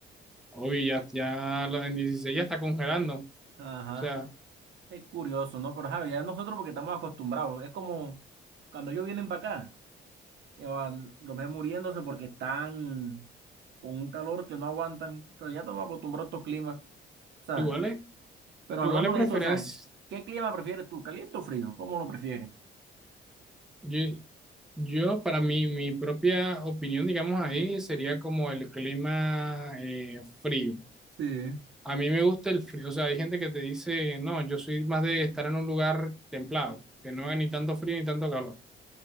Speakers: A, in the centre; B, on the right.
A: Obvio, ya, ya la- en 16 ya está congelando. O
B: Ajá,
A: sea,
B: es curioso, ¿no? Pero Javi, ya nosotros porque estamos acostumbrados, es como cuando ellos vienen para acá, eh, van- los ven muriéndose porque están con un calor que no aguantan, pero ya estamos acostumbrados a estos climas, o sea,
A: igual es,
B: pero
A: igual
B: hablando
A: es
B: de
A: preferencia.
B: eso, o sea, ¿qué clima prefieres tú, caliente o frío? ¿Cómo lo prefieres?
A: Yo, yo, para mí, mi propia opinión, digamos ahí, sería como el clima eh, frío.
B: Sí,
A: A mí me gusta el frío, o sea, hay gente que te dice, no, yo soy más de estar en un lugar templado, que no haga ni tanto frío ni tanto calor.